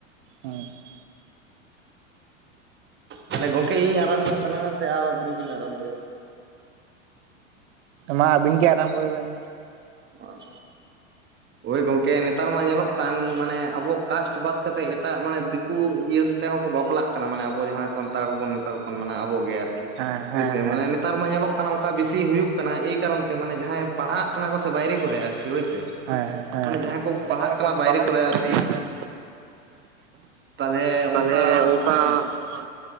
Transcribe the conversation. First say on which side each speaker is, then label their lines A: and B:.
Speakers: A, on the right; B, on the right.
A: ᱦᱮᱸ
B: ᱢᱟᱱᱮ ᱜᱚᱢᱠᱮ ᱤᱧ ᱟᱨᱟᱢᱵᱚᱭ ᱛᱟᱞᱟᱝᱼᱟ ᱥᱮ ᱟᱨ ᱟᱹᱵᱤᱱ ᱵᱤᱱ ᱟᱨᱟᱢᱵᱚᱭᱟ?
A: ᱢᱟ ᱟᱵᱤᱱ ᱜᱮ ᱟᱨᱟᱢᱵᱚᱭ ᱵᱮᱱ
B: ᱟᱨ <inaudible> ᱳᱭ ᱜᱚᱝᱠᱮ ᱱᱮᱛᱟᱨ ᱢᱟ ᱧᱮᱞᱚᱜ ᱠᱟᱱ ᱢᱟᱱᱮ ᱟᱵᱚᱣᱟᱜ ᱠᱟᱥᱴ ᱵᱟᱫ ᱠᱟᱛᱮᱜ ᱮᱴᱟᱜ ᱢᱟᱱᱮ ᱫᱤᱠᱩ ᱤᱭᱟᱹ ᱦᱚᱸᱠᱚ ᱵᱟᱯᱞᱟᱜ ᱠᱟᱱᱟ, ᱢᱟᱱᱮ ᱟᱵᱚ ᱡᱟᱦᱟᱸᱭ ᱥᱟᱱᱛᱟᱲ ᱵᱚᱱ ᱢᱮᱛᱟ ᱠᱚ ᱠᱟᱱᱟ᱾ ᱢᱟᱱᱮ ᱟᱵᱚ ᱜᱮ ᱟᱨᱠᱤ
A: ᱦᱮᱸ
B: ᱦᱳᱭ
A: ᱦᱮᱸ
B: ᱥᱮ
A: ᱦᱮᱸ
B: ᱢᱟᱱᱮ ᱱᱮᱛᱟᱨ ᱢᱟ ᱧᱮᱞᱚᱜ ᱠᱟᱱᱟ, ᱚᱱᱠᱟ ᱵᱤᱥᱤ ᱦᱩᱭᱩᱜ ᱠᱟᱱᱟ᱾ ᱮᱭ ᱠᱟᱨᱚᱱ ᱛᱮ ᱢᱟᱱᱮ ᱡᱟᱦᱟᱸᱭ ᱯᱟᱲᱦᱟᱜ ᱠᱟᱱᱟ ᱠᱚ ᱥᱮ ᱵᱟᱭᱨᱮ ᱠᱚᱨᱮ ᱟᱹᱨᱠᱤ᱾ ᱦᱳᱭ ᱥᱮ
A: ᱦᱮᱸ ᱦᱮᱸ ᱦᱮᱸ
B: ᱚᱱᱮ ᱡᱟᱦᱟᱸᱭ ᱠᱚ
A: ᱢᱟᱱᱮ
B: ᱯᱟᱲᱦᱟᱜ
A: ᱡᱟᱦᱟᱸᱭ
B: ᱠᱟᱱᱟ,
A: ᱠᱚ
B: ᱵᱟᱭᱨᱮ
A: ᱯᱟᱲᱦᱟᱜ
B: ᱠᱚᱨᱮ
A: ᱠᱟᱱᱟ
B: ᱟᱸᱨᱠᱤ᱾
A: ᱵᱟᱭᱨᱮ ᱠᱚᱨᱮ ᱦᱩᱸ
B: ᱛᱟᱦᱞᱮ ᱚᱱᱠᱟ
A: ᱛᱟᱦᱚᱞᱮ
B: ᱚᱱᱠᱟ
A: ᱚᱱᱠᱟ